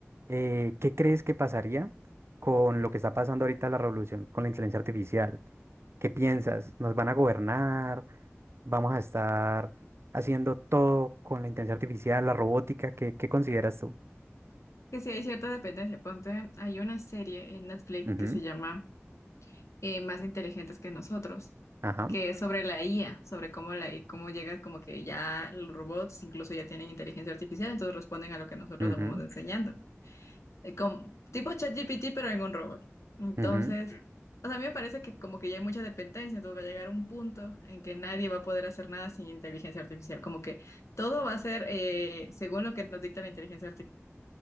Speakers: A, on the right (about 60°); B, on the left (about 80°).
A: eh, qué crees que pasaría con lo que está pasando ahorita la revolución con la inteligencia artificial. ¿Qué piensas? ¿Nos van a gobernar? ¿Vamos a estar haciendo todo con la inteligencia artificial, la robótica? ¿Qué, qué consideras tú?
B: Que sí hay cierta dependencia. Ponte, hay una serie en Netflix
A: Ujú,
B: que se llama eh, Más inteligentes que nosotros,
A: Ajá.
B: que es sobre la IA, sobre cómo la I- cómo llega como que ya los robots incluso ya tienen inteligencia artificial, entonces responden a lo que nosotros
A: ujú,
B: les vamos enseñando. eh, como- tipo ChatGPT, pero en un robot. Entonces,
A: ujú,
B: Mm, o sea, a mí me parece que como que ya hay mucha dependencia, entonces va a llegar un punto en que nadie va a poder hacer nada sin inteligencia artificial, como que todo va a ser eh, según lo que nos dicta la inteligencia artificial,